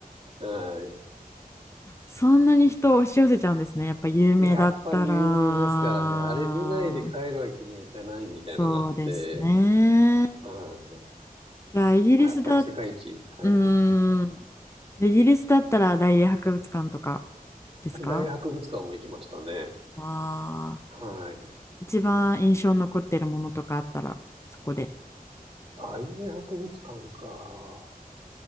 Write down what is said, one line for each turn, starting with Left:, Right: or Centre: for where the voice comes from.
Right: はい。
Left: そんなに人を押し寄せちゃうんですね。やっぱ有名だったら。
Right: やっぱり有名ですからね、あれ見ないで帰るわけにはいかないみたいのがあって、
Left: そうですね。
Right: はい。
Left: じゃあ、イギリスだ、
Right: まあやっぱり世界一、
Left: う
Right: はい。
Left: ーん、イギリスだったら大英博物館とかですか
Right: 大博物館も行きましたね。
Left: わあ、
Right: はい。
Left: 一番印象に残ってるものとかあったら、そこで。
Right: 大英博物館か。